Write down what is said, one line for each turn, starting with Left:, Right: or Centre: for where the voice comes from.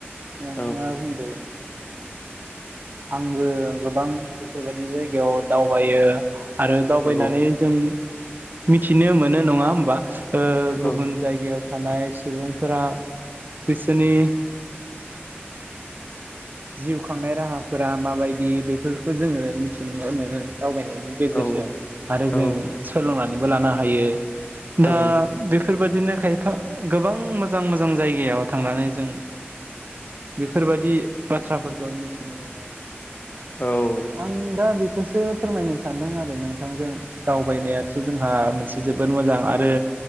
Right: नोथाङा
Left: औ
Right: बुंदो। आंबो गोबां बेफोरबायदि जायगायाव। दावबायो आरो दावबायनानै
Left: औ
Right: जों। मिथिनो मोनो नङा होमबा। ओ गुबुन
Left: औ
Right: जायगायाव थानाय। सुबुंफोरा बिसोरनि। जिउ खांनाय राहाफोरा माबायदि बेफोरखौ जोङो मिथिनो मोनो। दावबायनायनि गेजेरजों
Left: औ
Right: आरो
Left: औ
Right: जों सोलोंनानै। बो लानो हायो। दा
Left: औ
Right: बे। बेफोरबायदिनो खायफा गोबां मोजां मोजां जायगायाव थांनानै जों बेफोरबायादि। बाथ्राफोरखौ मिथिनो मोनो।
Left: औ
Right: आंबा बि। बेखौसो फोरमायनो सानदों आरो नोंथांजों दावबायनायाथ' जोंहा मोनसे जोबोद मोजां आरो